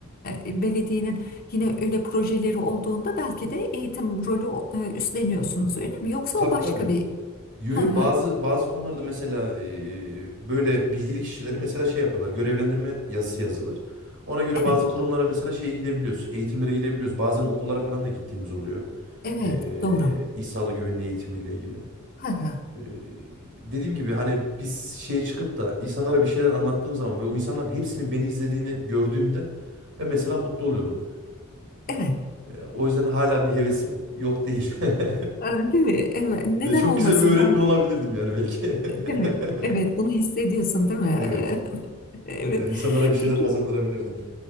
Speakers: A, on the left; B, on the right.
A: e, belediyenin yine öyle projeleri olduğunda belki de eğitim rolü e, üstleniyorsunuz öyle mi? Yoksa
B: Tabii
A: o başka
B: tabii.
A: bir...
B: Yo
A: Hı
B: yo
A: hı.
B: bazı bazı konularda mesela e, böyle bilgili kişileri mesela şey yaparlar. Görevlendirme yazısı yazılır. Ona göre
A: Evet,
B: bazı kurumlara mesela şeye gidebiliyoruz. Eğitimlere gidebiliyoruz. Bazen okullara falan da gittiğimiz oluyor.
A: evet,
B: E,
A: doğru.
B: İş Sağlığı Güvenliği eğitimiyle ilgili.
A: Hı hı.
B: Ee, dediğim gibi hani biz şeye çıkıp da insanlara bir şeyler anlattığım zaman ve o insanların hepsinin beni izlediğini gördüğümde ben mesela mutlu oluyorum.
A: Evet.
B: Ee, o yüzden hala bir hevesim yok değil. <laughs>
A: Ee, Değil mi? Evet. Neden
B: Ya Çok
A: olmasın
B: güzel bir öğretmen
A: belki?
B: olabilirdim yani belki.
A: Değil mi?
B: <laughs>
A: Evet, bunu hissediyorsun değil mi?
B: Evet.
A: <laughs> Evet.
B: Yani insanlara bir şeyler
A: Peki.
B: kazandırabilirdim.